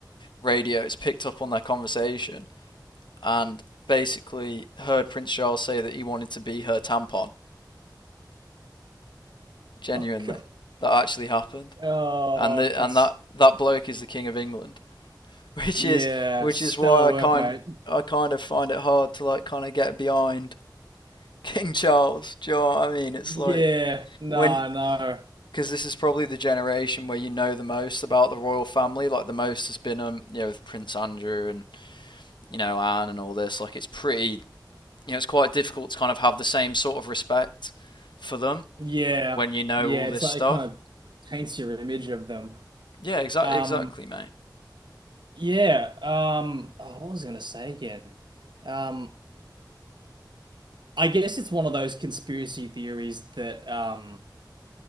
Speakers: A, on the left; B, on the right.
A: radios picked up on their conversation and basically heard Prince Charles say that he wanted to be her tampon. Genuinely,
B: <laughs> oh God,
A: that actually happened,
B: oh,
A: and the,
B: that's
A: and that that bloke is the king of England. <laughs> which
B: yeah,
A: is which
B: stellar
A: is why I
B: work,
A: kind
B: mate.
A: I kind of find it hard to like kind of get behind <laughs> King Charles. Do you know what I mean? It's
B: Yeah,
A: like
B: no,
A: when
B: no.
A: because this is probably the generation where you know the most about the royal family. Like the most has been um you know with Prince Andrew and you know Anne and all this. Like it's pretty you know it's quite difficult to kind of have the same sort of respect for them
B: Yeah.
A: when you know
B: Yeah,
A: all this
B: it's like
A: stuff.
B: it kind of taints your image of them.
A: Yeah, exactly,
B: Um,
A: exactly, mate.
B: yeah. Um, oh, what was I gonna say again? Um, I guess it's one of those conspiracy theories that um